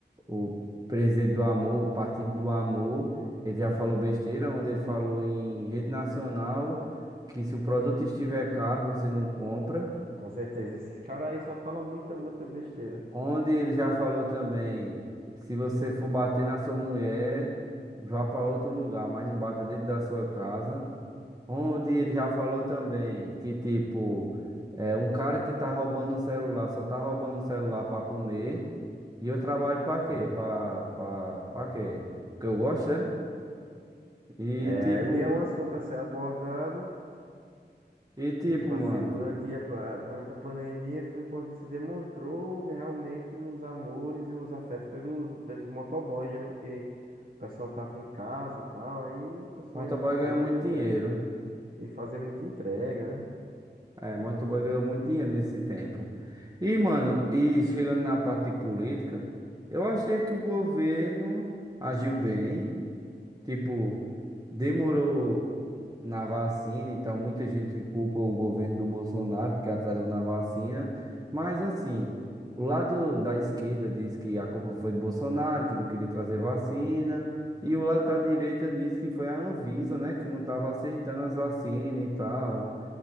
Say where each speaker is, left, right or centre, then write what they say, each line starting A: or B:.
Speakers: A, on the right; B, on the right.
A: o presidente do amor, o Partido do Amor, ele já falou besteira, onde ele falou em rede nacional que se o produto estiver caro, você não compra.
B: Com certeza. Esses caras aí só falam muita, muita besteira.
A: Onde ele já falou também, se você for bater na sua mulher, vá para outro lugar, mas não bata dentro da sua casa. Onde ele já falou também que, tipo, é, um cara que tá roubando um celular, só tá roubando um celular para comer, e eu trabalho para quê?
B: Sim.
A: Para para para quê? Porque eu gosto, é? E
B: É,
A: tipo,
B: aí é um assunto a ser abordado.
A: e tipo,
B: É tipo assim,
A: mano,
B: durante a, pa- durante a pandemia foi quando se demonstrou realmente os amores e os afetos pelos, pelos motoboys, né? Porque o pessoal tava em casa e tal, aí o pessoal
A: motoboy
B: ia fazer
A: ganha
B: muita
A: muito
B: entrega,
A: dinheiro.
B: ia fazer muita entrega, né?
A: É, motoboy ganhou muito dinheiro nesse tempo. E, mano, e chegando na parte de política, eu achei que o governo agiu bem. Tipo, demorou na vacina e tal. Muita gente culpa o governo do Bolsonaro porque atrasou na vacina. Mas, assim, o lado da esquerda diz que a culpa foi do Bolsonaro, que não queria trazer vacina. E o lado da direita diz que foi a Anvisa, né, que não estava aceitando as vacinas e tal.